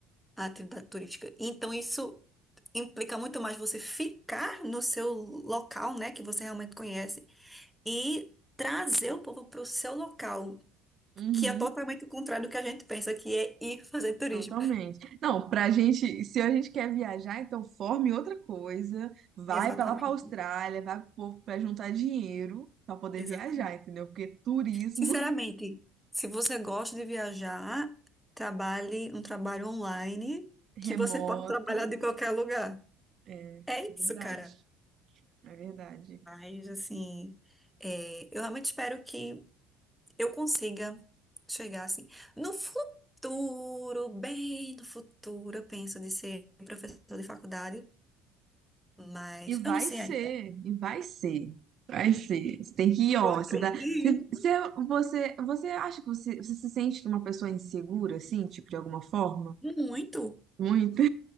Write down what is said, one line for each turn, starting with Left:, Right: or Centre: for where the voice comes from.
Centre: a atividade turística. Então, isso implica muito mais você ficar no seu local, né, que você realmente conhece, e trazer o povo para o seu local.
Right: Uhum.
Centre: que é totalmente o contrário do que a gente pensa, que é ir fazer turismo.
Right: Totalmente. Não, pra gente, se a gente quer viajar, então forme outra coisa, vai
Centre: Exatamente,
Right: pra lá pra Austrália, vai pro povo pra juntar dinheiro pra poder
Centre: exatamente.
Right: viajar, entendeu? Porque turismo
Centre: Sinceramente, se você gosta de viajar, trabalhe um trabalho online
Right: <laughs>
Centre: que
Right: remoto
Centre: você pode trabalhar de qualquer lugar.
Right: é
Centre: É
Right: é
Centre: isso,
Right: verdade,
Centre: cara.
Right: é verdade.
Centre: Mas, assim, é, eu realmente espero que eu consiga chegar, assim, no futuro, bem no futuro, eu penso de ser professor de faculdade, mas
Right: E vai
Centre: eu não sei
Right: ser,
Centre: ainda.
Right: e vai ser, vai ser. Você tem que ir, ó,
Centre: Eu acredito
Right: você dá, se, se você, você acha que você, você se sente uma pessoa insegura, assim, tipo, de alguma forma?
Centre: muito.
Right: Muito?